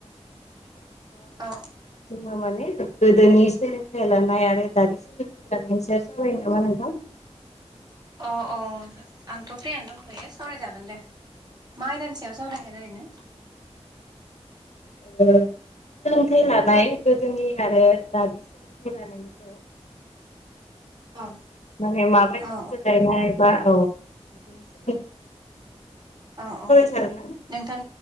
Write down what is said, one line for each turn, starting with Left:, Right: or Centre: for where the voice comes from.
Right: औ
Left: जोंहा माने गोदोनि सोलोंथाइ लानाय आरो दानि सोलोंथाइ लानाय सोलोंथाइ लानायनि सायाव सावरायनो नामा नोंथां?
Right: अ अ आंथ' फ्रियानो दंथ'यो सावरायजागोन दे मा आयदानि सायाव सावरायगोन ओरैनो?
Left: ओ सोलोंथाइ लानाय गोदोनि आरो दानि सोलोंथाइ लानायनि सायाव
Right: औ
Left: माने माबायदि
Right: औ
Left: सोलायनाय बा अ बेफोरनि सोमोन्दै
Right: अ
Left: सावरायजागोन
Right: अ
Left: ना
Right: नोंथां